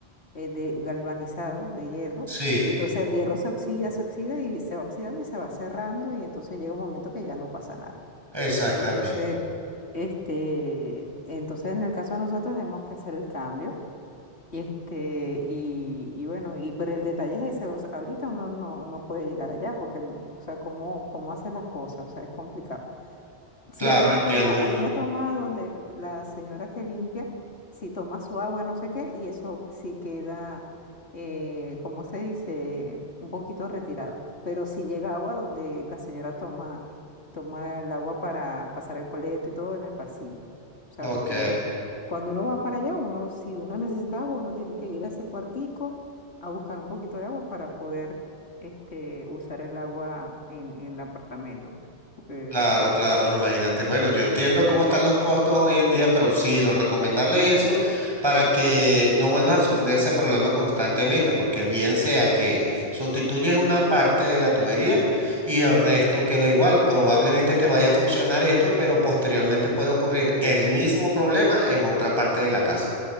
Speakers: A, on the left; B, on the right.
A: eh, de galvanizado, de hierro,
B: Sí,
A: entonces el hierro se oxida, se oxida y se va oxidando y se va cerrando, y entonces llega un momento que ya no pasa nada.
B: exactamente.
A: Entonces, este, entonces en el caso de nosotros tenemos que hacer el cambio. Este, y, y bueno, y pero el detalle es ese, o sea, ahorita uno no, no puede llegar allá porque, o sea, cómo, cómo hace las cosas, o sea, es complicado. Sí,
B: Claro,
A: hay una
B: entiendo.
A: toma, hay una toma donde la señora que limpia, si toma su agua, no sé qué, y eso sí queda, eh, ¿cómo se dice? Un poquito retirado. Pero sí llega agua donde la señora toma, toma el agua para pasar el coleto y todo en el pasillo. O sea,
B: Ok,
A: porque cuando uno va para allá, uno, si uno necesita agua, uno tiene que ir a ese cuartico a buscar un poquito de agua para poder, este, usar el agua en, en el apartamento, pues porque,
B: claro,
A: por
B: claro, imagínate. Bueno, yo entiendo cómo están los costos hoy en día, pero sí, lo recomendable es eso para que no vuelvas a sufrir ese problema constantemente, porque bien sea que sustituyes una parte de la tubería y el resto queda igual, probablemente te vaya a funcionar esto, pero posteriormente puede ocurrir el mismo problema en otra parte de la casa.